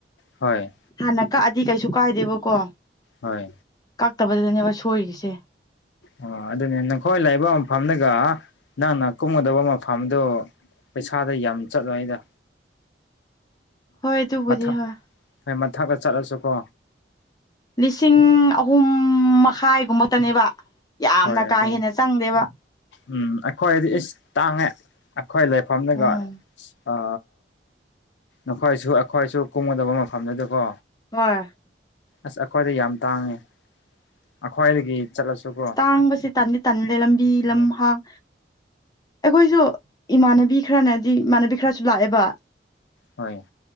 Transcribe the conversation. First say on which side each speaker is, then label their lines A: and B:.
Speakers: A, on the left; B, on the left.
A: ꯍꯣꯏ
B: ꯍꯥꯟꯅ ꯀꯛꯑꯗꯤ ꯀꯩꯁꯨ ꯀꯥꯏꯗꯦꯕꯀꯣ
A: ꯍꯣꯏ
B: ꯀꯛꯇꯕꯗꯨꯗꯅꯦꯕ ꯁꯣꯏꯔꯤꯁꯦ
A: ꯑꯣ ꯑꯗꯨꯅꯦ ꯅꯈꯣꯏ ꯂꯩꯕ ꯃꯐꯝꯗꯨꯒ ꯅꯪꯅ ꯀꯨꯝꯒꯗꯕ ꯃꯐꯝꯗꯨ ꯄꯩꯁꯥꯗ ꯌꯥꯝ ꯆꯠꯂꯣꯢꯗ
B: ꯍꯣꯏ ꯑꯗꯨꯕꯨꯗꯤ
A: ꯃꯊꯛ
B: ꯍꯣꯏ
A: ꯍꯣꯏ ꯃꯊꯛꯇ ꯆꯠꯂꯁꯨꯀꯣ
B: ꯂꯤꯁꯤꯡ ꯑꯍꯨꯝ ꯃꯈꯥꯏꯒꯨꯝꯕꯇꯅꯦꯕ ꯌꯥꯝꯅ
A: ꯍꯣꯏ
B: ꯀꯥ
A: ꯑꯗꯨꯅꯤ
B: ꯍꯦꯟꯅ ꯆꯪꯗꯦꯕ
A: ꯎꯝ ꯑꯩꯈꯣꯏꯗꯤ ꯏꯁ ꯇꯥꯡꯉꯦ ꯑꯩꯈꯣꯏ ꯂꯩꯐꯝꯗꯒ
B: ꯎꯝ
A: ꯑ ꯅꯈꯣꯏꯁꯨ ꯑꯩꯈꯣꯏꯁꯨ ꯀꯨꯝꯒꯗꯕ ꯃꯐꯝꯗꯨꯗꯤꯀꯣ
B: ꯍꯣꯢ
A: ꯑꯁ ꯑꯩꯈꯣꯏꯗꯤ ꯌꯥꯝ ꯇꯥꯡꯉꯦ ꯑꯩꯈꯣꯏꯗꯒꯤ ꯆꯠꯂꯁꯨꯀꯣ
B: ꯍꯥꯡꯕꯁꯦ ꯇꯟꯗꯤ ꯇꯟꯂꯦ ꯂꯝꯕꯤ
A: ꯑꯗꯨ
B: ꯂꯝꯍꯥꯡ ꯑꯩꯈꯣꯏꯁꯨ ꯏꯃꯥꯟꯅꯕꯤ ꯈꯔꯅꯗꯤ ꯏꯃꯥꯟꯅꯕꯤ ꯈꯔꯁꯨ ꯂꯥꯛꯑꯦꯕ
A: ꯍꯣꯏ